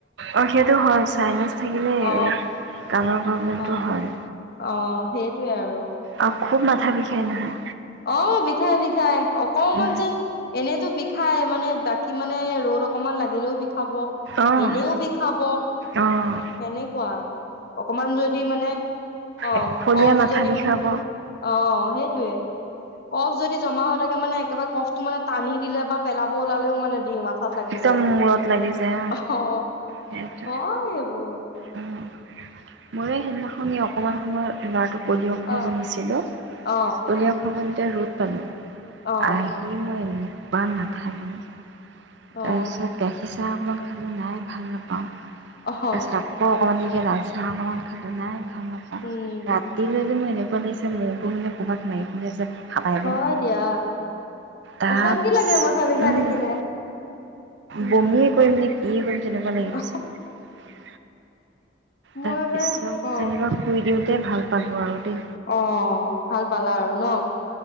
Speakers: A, on the right; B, on the left.
A: অ সেইটো হয় চাইনেছ থাকিলে
B: অ
A: কণৰ প্ৰব্লেমটো
B: অ
A: হয়
B: অ সেইটোৱে আৰু
A: আৰু খুব মাথা বিষাই নহয়
B: অ বিষাই বিষাই অকমান
A: উম,
B: যেন এনেতো বিষাই মানে বাকী মানে ৰ ৰদ অকমান লাগিলেও বিষাব
A: অ',
B: এনেও বিষাব
A: অ',
B: সেনেকুৱা অকমান যদি মানে অ
A: একফলীয়া
B: কচ
A: মাথা
B: যদি
A: বিষাব
B: মানে অ সেই সেইটোৱে কফ যদি জমা হৈ থাকে মানে একেবাৰে কফটো মানে টানি দিলে বা পেলাব ওলালেও মানে দিম আ হাত লাগি
A: একদম
B: যায়
A: মূৰত লাগি যায়
B: অ
A: সেইটো
B: হয় এইবোৰ
A: উম, মোৰে সেইদিনাখনি অকমান সময় লৰাটো পলিও খোৱাব
B: অ
A: নিছিলো
B: অ
A: পলিঅ খোৱাব নিওতে ৰ'দ পালো
B: অ
A: আহি মই এনেকোৱা মাথাই
B: অ
A: তাৰ পিছত গাখীৰ চাহ অকমান খালো নাই ভাল নাপাওঁ
B: অহ
A: তাৰপিছত আকৌ অকমান লাল চাহ অকমান খালো নাই ভাল নাপাও
B: উম
A: ৰাতিলৈ যে মই এনেকোৱা লাগিছে মোৰটো মানে ক'ৰবাত মাৰি কিনে যে খাপায় দিম
B: হয় দিয়া
A: তাপিছত
B: অশান্তি লাগে মাথা বিষাই
A: ঐ
B: থাকিলে উম
A: বমিয়ে কৰিম নে কি কৰিম তেনেকোৱা লাগি
B: অ
A: গৈছিল
B: মই
A: তাৰ পিছত
B: যে অ
A: যেনিবা শুই দিওঁতে ভাল পালো আৰু দেই
B: অ ভাল পালা আৰু ন